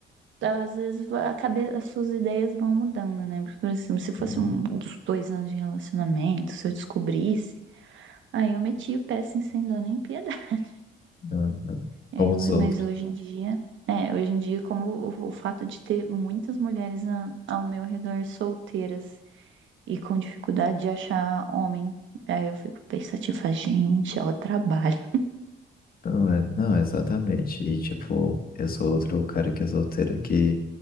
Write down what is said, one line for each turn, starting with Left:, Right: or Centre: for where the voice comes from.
Right: às vezes vai- a cabeça, as suas ideias vão mudando, né? Por exemplo, se fosse
Left: Hum,
Right: um dos dois anos de relacionamento, se eu descobrisse, aí eu metia o pé assim, sem dó nem piedade. <laughs>
Left: Não, não.
Right: Aí
Left: Como
Right: eu-
Left: os outros.
Right: mas hoje em dia, é, hoje em dia, como o, o fato de ter muitas mulheres a- ao meu redor solteiras e com dificuldade de achar homem. Aí eu fico pensativa, tipo, gente, ó, trabalho.
Left: Não, é, não, exatamente. E tipo, eu sou outro cara que é solteiro que